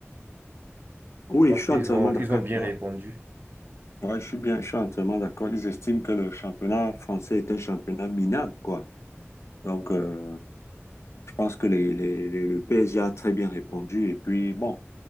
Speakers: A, on the left; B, on the right.
A: Oui,
B: je pense
A: je suis
B: qu'ils
A: entièrement
B: ont,
A: d'accord
B: ils ont
A: avec
B: bien
A: toi.
B: répondu.
A: Ouais, je suis bien, je suis entièrement d'accord. Ils estiment que le championnat français est un championnat minable, quoi. Donc, euh, je pense que les, les- les- le PSG a très bien répondu. Et puis, bon,